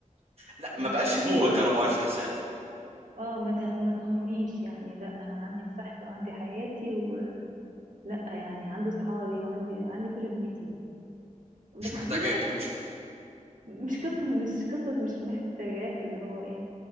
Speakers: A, on the right (about 50°); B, on the right (about 75°).
A: لا
B: اهتم
A: ما بقاش فوقك
B: بيا
A: 24
B: اه
A: ساعه
B: اه ما ت- ما تخنقنيش يعني لا انا عندي مساحتي وعندي حياتي ولا يعني عندي صحابي وعندي عندي كل دنيتي بس
A: مش محتاجك
B: في بقى
A: امشي
B: في <laughs> مش قصة مش قصة مش محتاجاك اللي هو ايه